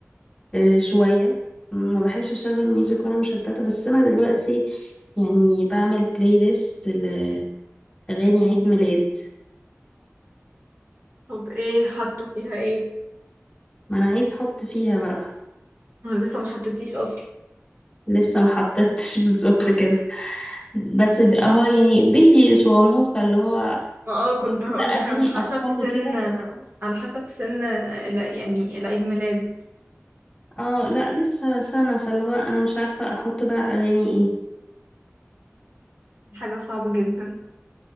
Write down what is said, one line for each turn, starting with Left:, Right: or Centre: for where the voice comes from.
Left: إيه شويه ما بحبش اشغل ميوزك وانا مشتته بس انا دلوقتي يعني بعمل بلاي ليست لاغاني عيد ميلاد
Right: طب ايه حاطة فيها ايه؟
Left: ما انا عايز احط فيها بقى
Right: انا لسه ما حطيتيش اصلا
Left: لسه ما حطيتش <laughs> بالظبط كده بس ب- هو يعني بيبي صغنون فاللي هو
Right: ما اه كنت
Left: هتحط
Right: هقولك
Left: بقى اغاني
Right: على حسب
Left: اطفال
Right: سن
Left: وكده
Right: على حسب سن ال- يعني العيد ميلاد
Left: اه لا لسه سنه فاللي هو انا مش عارفه احط بقى اغاني ايه
Right: حاجة صعبة جدا